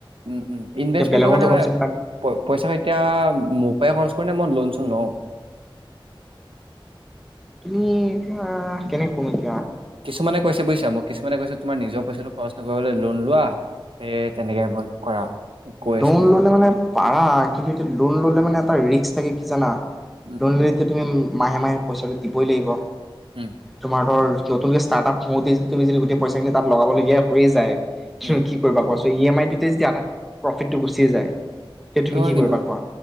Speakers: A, on the right; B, in the centre.
A: উম, উম। ইনভেষ্টমেণ্টৰ
B: এতিয়া বেলেগতো
A: কাৰণে
B: ঘপচে পাই
A: পে-পইচা এতিয়া মোৰ পৰাই খৰচ কৰোঁনে মই লোন-চোন লওঁ?
B: তুমি এতিয়া কেনে কম এতি
A: কিছুমানে কৈছে, বুজছা মোক, কিছুমানে কৈছে তোমাৰ নিজৰ পইচাটো খৰচ নকৰিবলৈ, লোন লোৱা, সেই তেনেকে বন কৰা। মোক কৈ
B: লোন
A: আছে
B: ললে মানে পাৰা কিন্তু এতিয়া লোন ল'লে মানে এটা ৰিস্ক থাকে কি জানা?
A: উম
B: লোন লৈ এতিয়া তুমি উম মাহে মাহে পইচাটো দিবই লাগিব।
A: উম
B: তোমাৰ ধৰ নতুনকে ষ্টাৰ্ট-আপ হওঁতে যদি তুমি যদি গোটেই পইচাখিনি তাত লগাবলগীয়া হৈ যায়
A: উম
B: তুমি কি কৰিবা কোৱাচোন? তে ই এম আই তে যদি আধা প্ৰফিটটো গুচিয়ে যায়। তেতিয়া
A: সেইটো
B: তুমি
A: হয়,
B: কি
A: কিন্তু।
B: কৰিবা কোৱা?